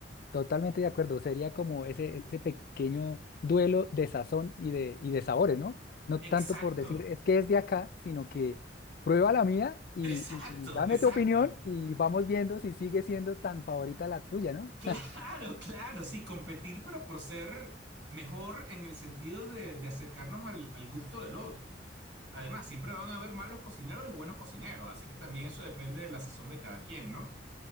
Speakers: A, on the left; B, on the right.
A: totalmente de acuerdo. Sería como ese, ese pequeño duelo de sazón y de, y de sabores, ¿no? No tanto
B: Exacto,
A: por decir es que es de acá, sino que prueba la mía y,
B: <laughs> exacto,
A: y y dame
B: exacto.
A: tu opinión y vamos viendo si sigue siendo tan favorita la tuya, ¿no?
B: Claro, claro, sí, competir, pero por ser mejor en el sentido de, de acercarnos al, al gusto del otro. Además, siempre van a haber malos cocineros y buenos cocineros, así que también eso depende de la sazón de cada quien, ¿no?